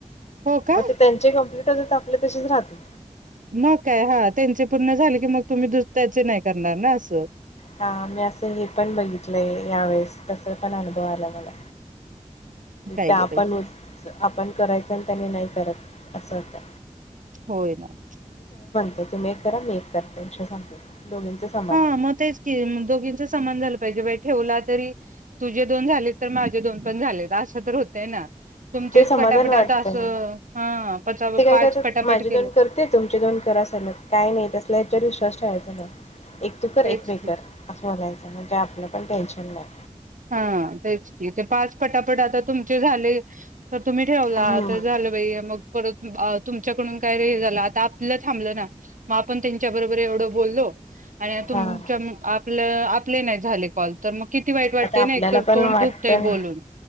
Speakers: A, on the right; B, on the left.
A: हो का
B: मग ते त्यांची कप् आपल्या तसेच राहतात
A: मग काय हा त्यांचे पूर्ण झाले की मग तुम्ही त्याचे नाही करणार ना असं
B: हा मी असं हे पण बघितलंय यावेेळेस तस पण अनुभव आला मला
A: काय
B: त्या
A: ग बाई
B: पण, आपण करायचं त्यानी नाही करत असं होतय
A: होय ना
B: ते तुम्ही एक करा मी एक करते विषय संपला. दोघींच समान
A: हां मग तेच की दोघींच समान झालं पाहिजे बाई? ठेवला तरी तुझे दोन झाले तर माझे दोन पण झालेत असं तर होतय ना, तुमचेच
B: ते समाधान
A: पटापट
B: वाटतंय
A: आता असं हा
B: ते काय
A: पाच
B: करतात
A: पटापट
B: माझे दोन
A: केले
B: करते तुमचे दोन करा सलग काय नाही तसं ह्याच्यावर विश्वास ठेवायचा नाही. एक तू कर
A: तेच
B: एक मी
A: की
B: कर असं करायचा, म्हणजे आपलं पण टेन्शन नाही.
A: हं तेच की ते पाच पटापट आता तुमचे झाले तर तुम्ही ठेवला
B: हं,
A: तर झालं बाई मग परत अ् तुमच्याकडून काय रे झालं आता आपलं थांबलं ना मग आपण त्यांच्याबरोबर एवढं बोललो. आणि तुमच्या
B: हां
A: म् आ् आपलं आपले नाही झाले कॉल, तर मग किती वाईट वाटते
B: आता आपल्याला
A: ना एकतर
B: पण
A: तोंड
B: वाटत
A: दुखतय
B: ना
A: बोलून